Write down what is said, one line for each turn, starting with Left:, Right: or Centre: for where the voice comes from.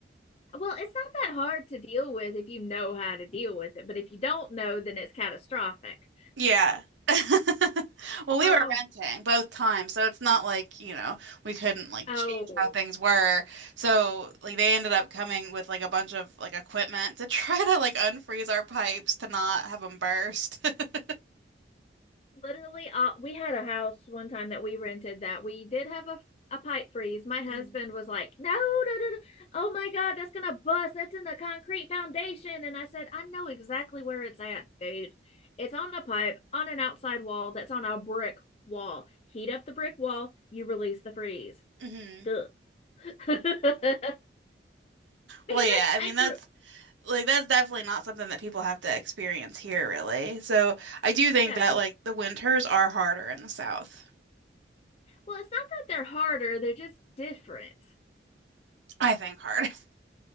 Left: Well, it's not that hard to deal with if you know how to deal with it, but if you don't know, then it's catastrophic.
Right: Yeah. <laughs> Well, we
Left: Um,
Right: were renting both times, so it's not like, you know, we couldn't like
Left: oh,
Right: change how things were. So, like they ended up coming with like a bunch of like equipment to <laughs> try to like unfreeze our pipes to not have them burst. <laughs>
Left: literally, uh, we had a house one time that we rented that we did have a a pipe freeze. My husband
Right: Mhm.
Left: was like, "No, no, no, no. Oh my God, that's gonna bust. That's in the concrete foundation." And I said, "I know exactly where it's at, dude. It's on a pipe on an outside wall that's on a brick wall. Heat up the brick wall, you release the freeze."
Right: Mhm.
Left: Duh. <laughs> because I
Right: Well, yeah, I mean
Left: I
Right: that's
Left: grew
Right: like that's definitely not something that people have to experience here, really. So I do think
Left: Yeah.
Right: that like the winters are harder in the South.
Left: Well, it's not that they're harder, they're just different
Right: I think harder. <laughs>